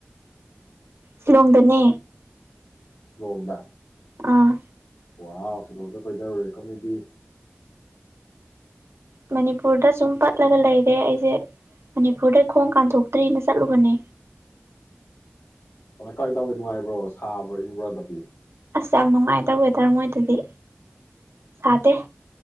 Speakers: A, on the right; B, on the left.
A: ꯁꯤꯂꯣꯡꯗꯅꯦ
B: ꯁꯤꯂꯣꯡꯗ
A: ꯑꯥ
B: ꯋꯥꯥꯎ ꯁꯤꯂꯣꯡꯗꯒ ꯀꯣꯏꯗꯔꯨꯔꯦꯀꯣ ꯃꯤꯗꯤ
A: ꯃꯅꯤꯄꯨꯔꯗ ꯁꯨꯝ ꯄꯠꯂꯒ ꯂꯩꯔꯦ ꯑꯩꯁꯦ ꯃꯅꯤꯄꯨꯔꯗꯩ ꯈꯣꯡ ꯀꯥꯟꯊꯣꯛꯇ꯭ꯔꯤꯅ ꯆꯠꯂꯨꯕꯅꯦ
B: ꯀꯃꯥꯏ ꯀꯃꯥꯏꯅ ꯇꯧꯋꯤ ꯅꯨꯡꯉꯥꯏꯕ꯭ꯔꯣ ꯁꯥꯕ꯭ꯔꯥ ꯏꯪꯕ꯭ꯣꯔ ꯑꯗꯕꯤ
A: ꯑꯁ ꯌꯥꯝ ꯅꯨꯡꯉꯥꯏꯗ ꯋꯦꯗꯔ ꯃꯣꯏꯗꯨꯗꯤ ꯁꯥꯗꯦ